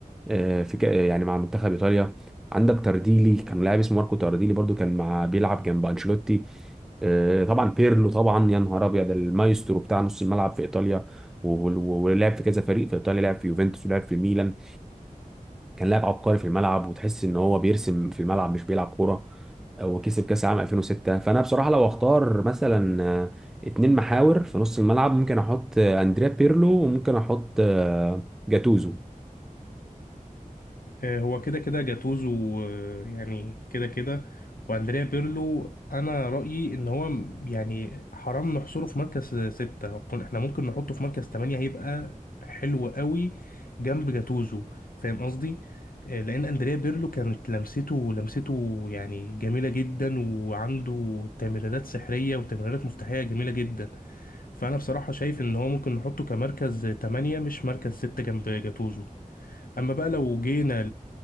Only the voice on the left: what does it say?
آه، هو كده كده جاتوزو آه، يعني كده كده واندريا بيرلو انا رايي ان هو م- يعني حرام نحصره في مركز ستة كن- احنا ممكن نحطه في مركز تمانية هيبقى حلو قوي جنب جاتوزو فاهم قصدي آه، لان اندريا بيرلو كانت لمسته لمسته يعني جميله جدا وعنده تمريرات سحريه وتمريرات مفتاحيه جميله جدا فانا بصراحه شايف ان هو ممكن نحطه كمركز تمانية مش مركز ستة جنب جاتوزو اما بقى لو جينا